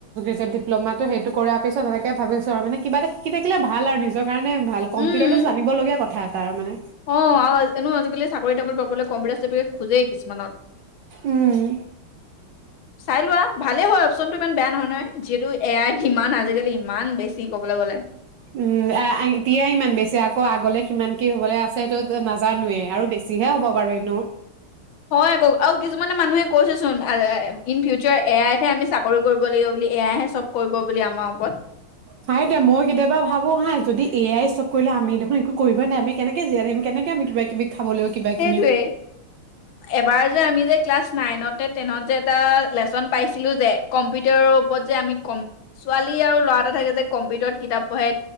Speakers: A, on the right; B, on the left.
A: নিত ডিপ্লমাটো সেইটো কৰা পিছত তেনেকে ভাবিছো আৰু মানে কিবা এটা শিকি থাকিলে ভাল আৰু নিজৰ কাৰণে ভাল কম্পিটাৰতটো
B: উম
A: জানিবলগীয়া কথা। তাৰ মানে।
B: অ' আৰু এনেও আজিকালি চাকৰি তাকৰি পাবলৈ কম্পিটাৰ চম্পিউতাৰ খোজেই কিছুমানত।
A: উম
B: চাই লোৱা ভালে হয়। অবচন টো ইমান বেয়া নহয় যিহেতু। এ আই ইমান আজিকালি ইমান বেছি কবলৈ গ'লে।
A: উম এতিয়া ইমান বেছি আকৌ আগলে সমান কি হবলৈ আছে সেইটো নাজানোৱে আৰু বেছিহে হ'ব বাৰু এনো।
B: হয় আকৌ আৰু কিছুমানে মানুহে কৈছে চোন। ইন ফিউচাৰ এ আাইতহে আমি চাকৰি কৰিব লাগিব বুলি। এয়াহে চব কৰিব বুলি আমাৰ ওপৰত।
A: সেইটো এতিয়া মই কেতিয়াবা ভাবো হা যদি এ আই চব কৰিলে আমি দেখোন একো কৰিব নাই আমি কেনেকে জীয়াই থাকিম কেনেকে আমি। কিবা কিবি খাবলৈও কিবা
B: সেইটোৱে
A: কিনিম
B: এবাৰ যে আমি যে ক্লাচ নাইনতে। তেনত যে এটা লেচন পাইছিলো যে। কম্পিউটাৰৰ ওপৰত যে আমি কম ছোৱালী আৰু ল'ৰা এটা থাকে যে কম্পিউটাৰত কিতাপ পঢ়ে।